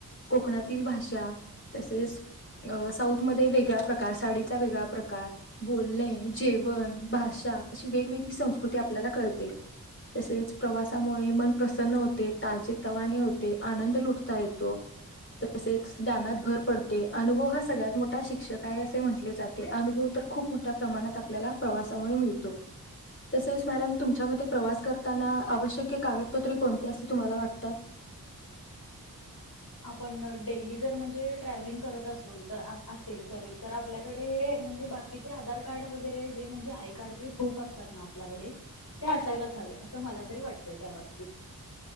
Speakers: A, on the left; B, on the left.
A: कोकणातील भाषा तसेच साऊथ मध्ये वेगळा्या प्रकार साडीचा वेगळा प्रकार बोलणे जेवण भाषा अशी वेगवेगळी संस्कृती आपल्याला कळते तसेच प्रवासामुळे मन प्रसन्न होते ताजे तवाने होते आनंद लुटता येतो तसेच जानात भर पडते अनुभव हा सगळ्यात मोठा शिक्षक आहे असे म्हटले जाते अनुभव तर खूप मोठ्या प्रमाणात आपल्याला प्रवासामुळे मिळतो तसेच मॅडम तुमच्यामध्ये प्रवास करताना आवश्यक कागदपत्रे कोणती असे तुम्हाला वाटतात
B: आपण डेली जर म्हणजे ट्रॅव्हलिंग करत असो तर असे सॉरी तर आपल्याकडे म्हणजे बाकीचे आधार कार्ड वगरे आय कारड आपल्याकडे ते असायलाच हवे असं मला तरी वाटतय त्या बाबतीत